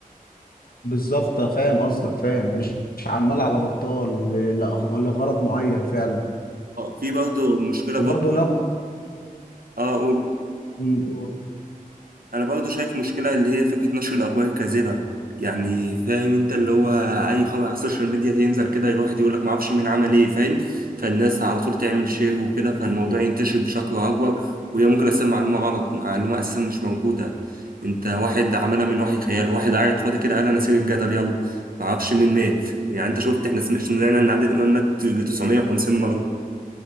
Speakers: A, on the left; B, on the right.
A: بالظبط آه، فاهم قصدك فاهم مش مش عمال على بطال ل- لأغ- لغرض معين فعلا
B: اه في برضه مشكله
A: وبرضه
B: برضه
A: نق
B: اه قول
A: م- م-
B: انا برضو شايف مشكلة اللي هي فكرة نشر الاخبار الكاذبة يعني فاهم انت اللي هو اي خبر على السوشيال ميديا ينزل كده الواحد يقول لك ما اعرفش مين عمل ايه فاهم فالناس على طول تعمل شير وكده فالموضوع ينتشر بشكل اكبر وهي ممكن اساسا معلومة غلط معلومة اساسا مش موجودة انت واحد عملها من وحي خياله واحد قاعد فاضي كده قال انا سير الجدل يلا ما اعرفش مين مات يعني انت شفت احنا سمعنا ان عادل امام مات 950 مرة